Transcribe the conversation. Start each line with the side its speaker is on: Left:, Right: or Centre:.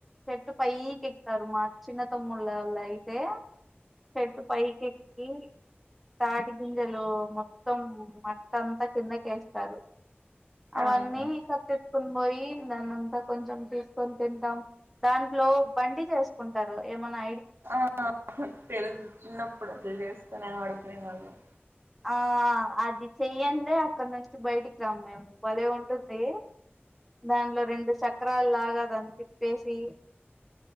Centre: చెట్ పైకెక్కుతారు మా చిన్న తమ్ముళ్ళ వాళ్ళు అయితే చెట్టు పైకెక్కీ తాటి బుం జలు మొత్తం మట్ట అంతా కిందకేస్తారు అవన్నీ
Right: ఆ
Centre: <unintelligible> తీసుకుని పోయి దానింతా కొంచెం తీసుకొని తింటాం దాంట్లో బండి తేస్తాం కుంటారు ఏమైన్నా
Right: ఆ తెలుసు చిన్నప్పుడు అట్లా చేసుకునే ఆడుకునే వాళ్ళం
Centre: ఆ అది చెయ్యండి అక్కడ నుంచి బయటికి రాం మేము భలే ఉ ఉంటుంది దానిలో రెండు చక్రాలు లాగా దాన్ని తిప్పేసి